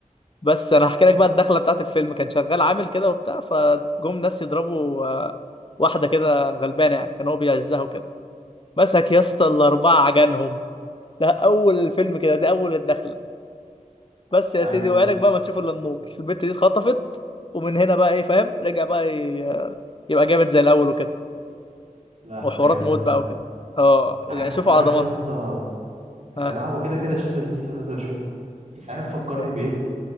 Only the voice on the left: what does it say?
بس انا هحكي لك بقى الدخله بتاعت الفيلم كان شغال عامل كده وبتاع فجم ناس يضربوا آه، واحده كده غلبانه يعني كان هو بيعزها وكده مسك يا اسطى الاربعه عجنهم ده اول الفيلم كده دي اول الدخله بس يا
سيدي وعينك بقى ما تشوف الا النور البت دي اتخطفت ومن هنا بقى ايه فاهم رجع بقى ي- يبقى جامد زي الاول وكده
وحوارات
موت بقى
وكده اه يعني
شوفوا
على ضمانتي
ها
تمام